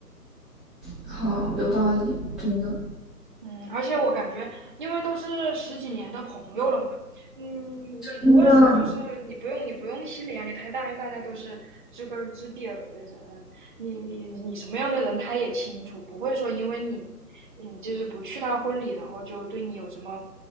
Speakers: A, in the centre; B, on the right.
A: 好，有道理，真的，
B: 嗯，而且我感觉，因为都是十几年的朋友了嘛，嗯，也不会说就是你不用你不用心理压力太大，
A: 真的
B: 因为大家都是知根儿知底儿的人，你你你什么样的人他也清楚，不会说因为你你就是不去他婚礼，然后就对你有什么